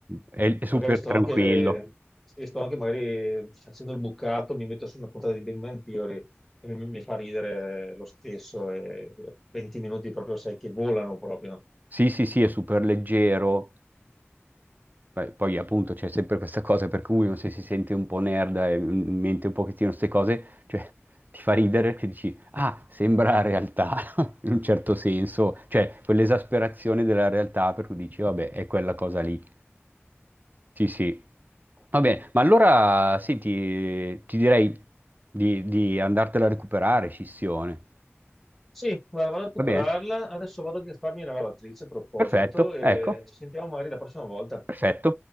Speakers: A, on the right (about 40°); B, in the centre.
A: è è super
B: magari sto
A: tranquillo.
B: anche, sì, sto anche magari facendo il bucato, mi metto su una puntata di Big Bang Theory e mi, mi fa ridere lo stesso, e 20 minuti proprio sai che volano proprio.
A: Sì, sì, sì, è super leggero. Poi, poi, appunto c'è sempre questa cosa per cui uno se si sente un po' nerd e in mente un pochettino queste cose, cioè ti fa ridere che dici, ah, sembra realtà, <laughs> in un certo senso, cioè quell'esasperazione della realtà per cui dici, vabbè, è quella cosa lì. Sì, sì. Va bene, ma allora sì, ti, ti direi di, di andartela a recuperare, scissione.
B: Sì, guarda, vado a recuperarla,
A: Va bene?
B: adesso vado anche a farmi la lavatrice a proposito
A: Perfetto,
B: e
A: ecco,
B: ci sentiamo magari la prossima volta.
A: perfetto.